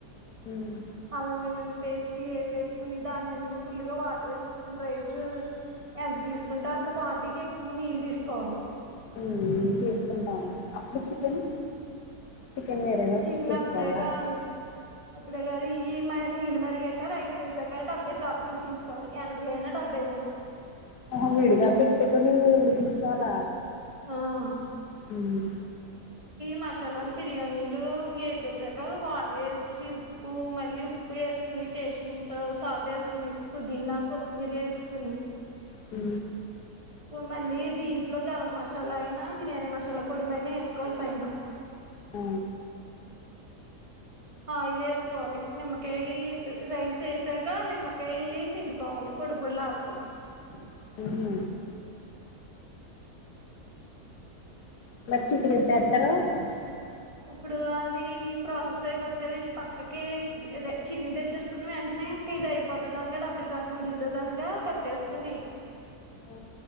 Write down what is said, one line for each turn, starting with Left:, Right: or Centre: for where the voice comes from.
Left: హ్మ్
Right: అల్లం వెల్లుల్లి పేస్ట్ ఏపేసుకోని దాన్నిండ ఫుల్ గా వాటర్ వేేసెసుకుని రైస్ ఉ ఎంత తీసుకుంటో అంత క్వాంటిటీకి ఎక్కువ నీళ్ళు తీసుకోవాలి.
Left: హ్మ్ తీసుకుంటాను అప్పుడు చికెన్ చికెన్ వేరేగా
Right: చికన్
Left: కుక్ చేసుకోవాలా
Right: అప్పుడే కాదు అప్పుడే కాదు ఈ మ నీళ్ళ మరిగాక రైస వేసాక డెబ్బై శాతం ఉడికించుకోవాలి ఎనభై అయినా డెబ్బై అయినా
Left: ఆహ విడిగా పెట్ట ట్టుకొని ఉడికించుకోవాల
Right: ఆ
Left: హ్మ్
Right: మశాలాలు బిర్యానీలు వేపసాక వాటర్ వేసి ఉప్పు మళ్ళీ ఉప్పు వేసుకు మీ టేస్టింగ్ తో సాల్ట్ వేసుకుని పుదీనా కొత్తిమీర వేసుకుని
Left: హూ
Right: మళ్ళీ దీంట్లో గరం మసాలా అయినా బిర్యానీ మసాల పొడమయినా వేసుకోవాలి పైన
Left: ఆ
Right: ఆయిల్ వేసుకోవాలి నిమ్మకయి రైస్ వేసాక నిమ్మకాయ పిండుకోవా పొడిపోడిలా <unintelligible>
Left: హు <unintelligible>
Right: ఇప్పుడు అది ప్రాసెస్ అయిపోద్ది కదా ఇది పక్కకి చికెన్ తెచ్చేసుకున్నామ్ వెంట్ ఇంక ఇది అయిపోతుంది అనగా డెబ్బై శాతం ఉడుకుతది అనగా కట్టేసుకుని
Left: అ